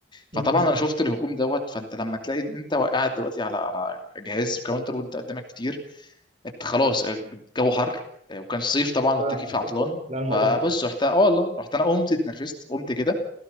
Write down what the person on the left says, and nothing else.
فطبعا انا شفت الهجوم دوت فانت لما تلاقي ان انت قاعد دلوقتي على على جهاز كاونتر وانت قدامك كتير انت خلاص آه، الجو حر آه، وكان صيف طبعا والتكييف
عطلان
فبص
رحت اه والله رحت انا قمت اتنرفزت قمت كده